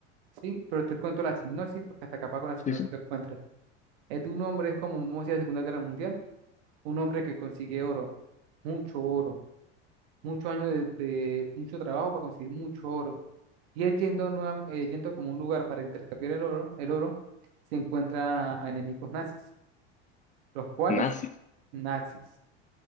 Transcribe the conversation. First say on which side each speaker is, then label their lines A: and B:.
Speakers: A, on the right; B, on the left.
A: ¿sí? Pero te cuento la sinopsis porque hasta capaz con la
B: sí,
A: sinopsis
B: sí.
A: lo encuentras. Es de un hombre, es como, vamos a decir, la Segunda Guerra Mundial un hombre que consigue oro, mucho oro, muchos años de, de mucho trabajo para conseguir mucho oro. Y él yendo, nueva- eh, yendo como un lugar para intercambiar el oro, el oro, se encuentra a enemigos nazis, los cuales,
B: Nazis,
A: nazis.